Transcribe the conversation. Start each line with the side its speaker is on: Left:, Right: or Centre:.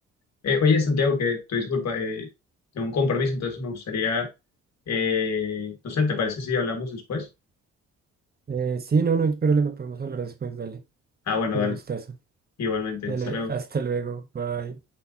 Left: Eh, oye, Santiago, que tu disculpa, eh, tengo un compromiso, entonces me gustaría, eh, no sé, ¿te parece si hablamos después?
Right: eh, sí, no, no hay problema, podemos hablar después, dale.
Left: Ah, bueno,
Right: Un
Left: dale,
Right: gustazo.
Left: igualmente,
Right: Dale,
Left: hasta luego.
Right: hasta luego, bye.